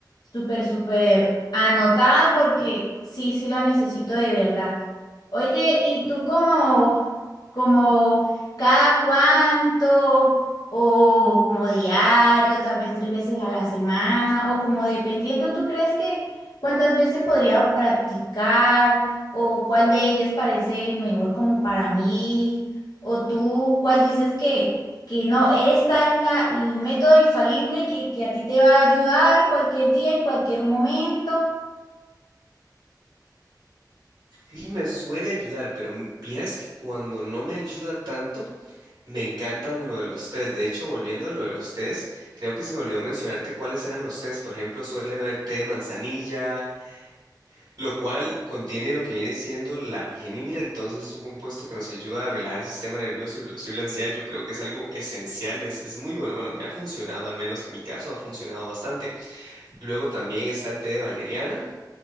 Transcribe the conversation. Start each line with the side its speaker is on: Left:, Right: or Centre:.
Left: Súper, súper anotada porque sí, sí lo necesito de verdad. Oye, ¿y tú como, como cada cuánto o como diario, tal vez tres veces a la semana o como dependiendo, ¿tú crees que cuántas veces podría practicar o cuál de ellas parece mejor como para mí? ¿O tú cuál dices que que no, esta es la, el método infalible que, que a ti te va a ayudar cualquier día, en cualquier momento.
Right: Sí, me suele ayudar, pero m- vieras que cuando no me ayuda tanto, me encantan lo de los test. De hecho, volviendo a lo de los test, creo que se me olvidó mencionarte cuáles eran los test. Por ejemplo, suele haber té de manzanilla, lo cual contiene lo que viene siendo la pigenina, entonces es un compuesto que nos ayuda a relajar el sistema nervioso y reducir la ansiedad. Yo creo que es algo esencial, es, es muy bueno. Bueno, me ha funcionado, al menos en mi caso ha funcionado bastante. Luego también está el té de valeriana,